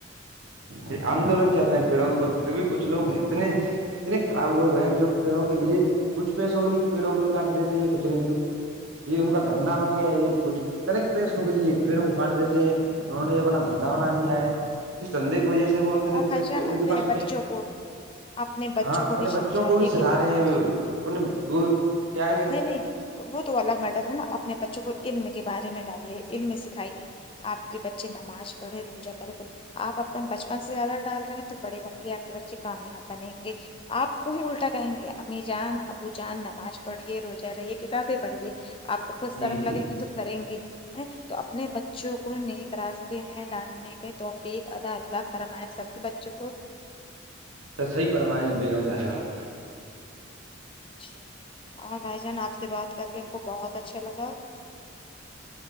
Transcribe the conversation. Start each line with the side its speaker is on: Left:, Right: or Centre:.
Right: یہ آندولن چل رہے پیڑا او پر پھر بھی کچھ لوگ اتنے اتنے خراب لوگ ہیں جو پیڑوں کے لیے کچھ پیسوں کے لیے پیڑوں کو ہی کاٹ دیتے ہیں کچھ نہیں تو یہ ان کا دھندا بن گیا ہے یہ کچھ تنک پیش ہوگ یہ پھروں کاٹ دیتے
Left: جی جی
Right: ہیں انہوں نے اپنا دندا بنا لیا ہے اس دھندے کی وجہ سے وہ تھ
Left: اور
Right: ان
Left: بھائی جان اپنے
Right: کے پاس پ
Left: بچوں کو اپنے بچوں
Right: ہاں
Left: کو
Right: اپنے
Left: بھی
Right: بچوں
Left: سمجھائیے
Right: کو بھی سکھا
Left: کہ
Right: رہے
Left: نماز
Right: ہیں اپنے وہ کیا ہے کہ
Left: نہیں نہیں وہ تو الگ میٹر ہے نا اپنے بچوں کو علم کے بارے میں ڈالیے علم سکھائیے آپ کے بچے نماز پڑھے روزہ کرے بول آپ اپنا بچ پن سے زیادہ ڈال رہے ہیں تو بڑے بن کے آپ کے بچے کامیاب بنیں گے آپ کو ہی الٹا کہیں گے امی جان ابو جان نماز پڑھیے روزہ رہیے کتابیں پڑھیے آپ کو کچھ
Right: جی
Left: شرم لگے
Right: جی
Left: گی تو کریں گے ہیں تو اپنے بچوں کو نیک راستے میں ڈالنے کے توفق ادا اللہ اور ہمے سب کے بچوں کو
Right: سر صحی پرم رہ ہیں بیگم صاحباں <inaudible>
Left: اچھا اور بھائی جان آپ سے بات کر کے ہم کو بہت اچھا لگا